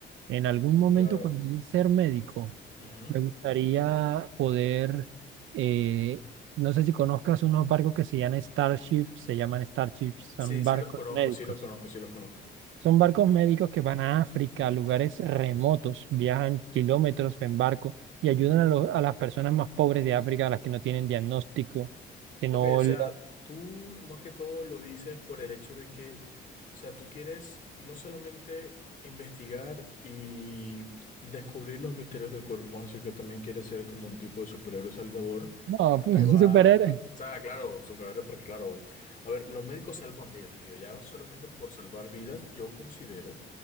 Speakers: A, on the right; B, on the left.
A: en algún momento
B: claro.
A: cuando llegue a ser médico,
B: Ujú.
A: me gustaría poder, eh, no sé si conozcas unos barcos que se llaman Starships, se llaman Starships, son
B: Sí, sí
A: barcos
B: los conozco,
A: médicos.
B: sí los conozco, sí los conozco.
A: Son barcos médicos que van a África, a lugares remotos, viajan kilómetros en barco y ayudan a, lo- a las personas más pobres de África, a las que no tienen diagnóstico, que
B: Ok,
A: no,
B: o sea,
A: la-
B: tú más que todo lo dices por el hecho de que, o sea, tú quieres no solamente investigar y descubrir los misterios del cuerpo humano, sino que también quieres ser como un tipo de superhéroe salvador
A: No, pues
B: que va,
A: un superhéroe.
B: a- o sea, claro, superhéroe, porque claro, a ver, los médicos salvan vidas, tío, ya solamente por salvar vidas yo considero